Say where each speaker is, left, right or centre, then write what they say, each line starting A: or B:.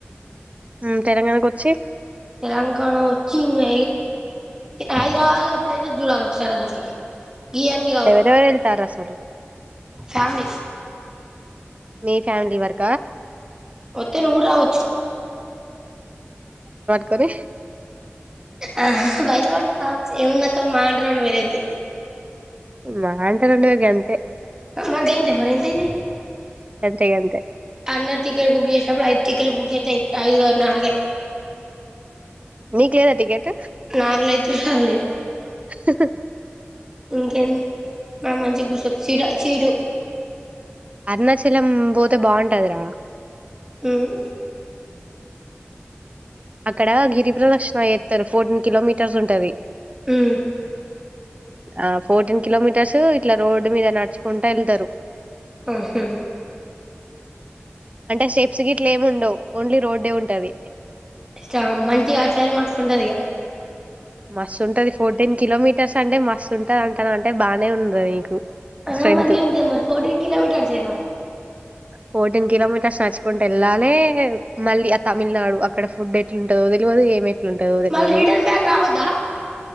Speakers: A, on the right (about 30°); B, on the right (about 15°).
A: మ్మ్ తెలంగాణకు వచ్చి
B: తెలంగాణ వచ్చి ఇంగ హైదరాబాద్లో ప్లేసెస్ జూడాల ఒక సారి అసలకి గియాన్ని కావు
A: ఎవరెవరు వెళ్తారు అసలు
B: ఫ్యామిలీ
A: మీ ఫ్యామిలీ వర్కు
B: వత్తే నువ్వు రావచ్చు
A: కనీ
B: ఆ పైసలు పట్టుకుని రావచ్చు ఏమున్నాక్క మా అంట రండు వేలయితయి
A: మా అంట రం <unintelligible> వగ అంతే
B: మర్గా ఎంత మరి ఎంత అయితయి
A: గంతే గంతే
B: అన్న టికెట్ బుక్ చేసినప్పుడు <unintelligible> టికెట్ లు బుక్ చెత్తే ఐదు కాదు నాల్గే
A: మీకు లేదా టికెట్
B: నాగు లైతే రాలేదు.
A: హ హ
B: ఇంకేంది మ మంచి గుసత్ చిడ సీటు
A: అరుణాచలం పోతే బాగుంటదిరా
B: హ్మ్
A: అక్కడ గిరిప్రదక్షణ చేత్తరు. ఫోర్టీన్ కిలోమీటర్స్ ఉంటది,
B: హ్మ్
A: ఆ ఫోర్టీన్ కిలోమీటర్స్ ఇట్లా రోడ్ మీద నడుచుకుంటా వెళ్తరు.
B: మ్మ్ హు
A: అంటే స్టెప్స్ గిట్ల ఏముండ వ్ ఓన్లీ రోడ్డె ఉంటది.
B: ఇష్టా మంచిగ అటుసైడ్ మస్త్ ఉంటది ఇగ
A: మస్తు ఉంటది ఫోర్టీన్ కిలోమీటర్స్ అంటే మస్తు ఉంటది అంటనవ్ అంటే బాగానే ఉన్నది నీకు
B: ఆహా
A: స్ట్రెంత్
B: గింతేమరి ఫోర్టీన్ కిలోమీటర్స్ ఏగా
A: ఫోర్టీన్ కిలోమీటర్స్ నడుచ్చుకుంటూ వెళ్ళాలె మళ్ళీ ఆ తమిళనాడు అక్కడ ఫుడ్ ఎట్లుంటందో తెల్వదు ఏమి ఎట్లుంటదో తెలవదు
B: మళ్ రిటర్న్ బ్యాక్ రావద్దా